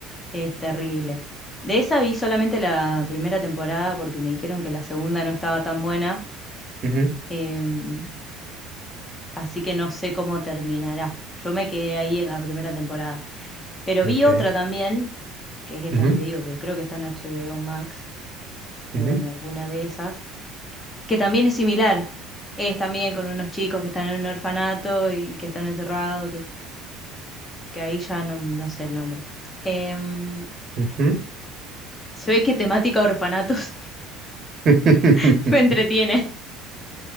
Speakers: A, on the left (about 20°); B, on the right (about 40°).
A: es terrible. De esa vi solamente la primera temporada porque me dijeron que la segunda no estaba tan buena.
B: ujú,
A: Em, así que no sé cómo terminará. Yo me quedé ahí en la primera temporada. Pero vi
B: ok.
A: otra también, que es esta
B: Ujú,
A: que te digo, que creo que está en HBO Max o
B: ujú,
A: en alguna de esas, que también es similar. Es también con unos chicos que están en un orfanato y que están encerrados, que, que ahí ya no, no sé el nombre. Em,
B: ujú.
A: se ve que temática orfanatos
B: <laughs>
A: <laughs> me entretiene.